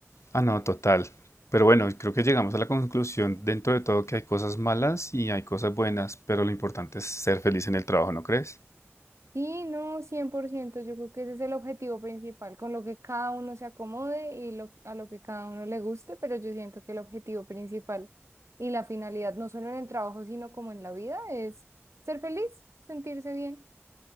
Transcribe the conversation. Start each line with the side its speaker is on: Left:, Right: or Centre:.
Left: Ah, no, total. Pero bueno, creo que llegamos a la conclusión dentro de todo que hay cosas malas y hay cosas buenas, pero lo importante es ser feliz en el trabajo, ¿no crees?
Right: Sí, no, 100%. yo creo que ese es el objetivo principal, con lo que cada uno se acomode y lo, a lo que cada uno le guste, pero yo siento que el objetivo principal y la finalidad, no solo en el trabajo, sino como en la vida, es ser feliz, sentirse bien.